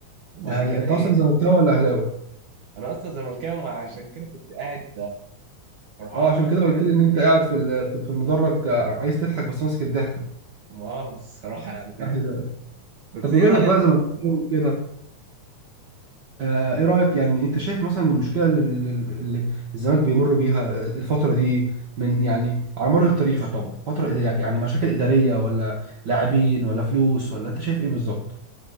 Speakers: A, on the right (about 65°); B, on the right (about 80°).
A: وبعد
B: ده هي
A: كده
B: انت
A: ايه
B: اصلا زملكاوي ولا اهلاوي
A: انا اصلا زملكاوي عشان كده كنت قاعد فرحان
B: اه عشان
A: بس
B: كده
A: يا
B: قلت
A: اسمي
B: لي ان انت
A: ايه
B: قاعد في ال- في في المدرج آه، عايز تضحك بس ماسك الضحكه
A: مؤاخذ الصراحه يعني فاهم
B: أهلاوي.
A: بس
B: طب بما
A: ايه رايك
B: انك بقى زملكاوي كده آه، ايه رأيك يعني انت شايف مثلا المشكلة اللي اللي الزمالك بيمر بيها الفترة دي من يعني على مر التاريخ طب فترة إدا- يعني مشاكل إدارية ولا لاعبين ولا فلوس ولا انت شايف ايه بالظبط؟